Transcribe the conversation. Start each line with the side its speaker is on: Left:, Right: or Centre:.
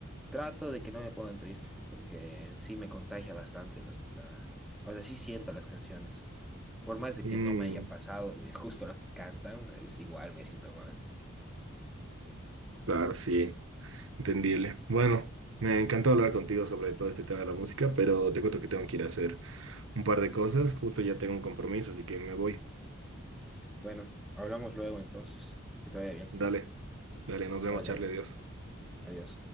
Centre: trato de que no me pongan triste, porque sí me contagia bastante las, la, o sea, sí siento las canciones. Por más de
Right: Mm,
Centre: que no me haya pasado de justo lo que cantan, es igual me siento mal.
Right: claro, sí. Entendible. Bueno, me encantó hablar contigo sobre todo este tema de la música, pero te cuento que tengo que ir a hacer un par de cosas. Justo ya tengo un compromiso, así que me voy.
Centre: Bueno, hablamos luego entonces. Que te vaya bien.
Right: Dale, dale, nos vemos,
Centre: Dale,
Right: Charlie,
Centre: ade-
Right: adiós.
Centre: adiós.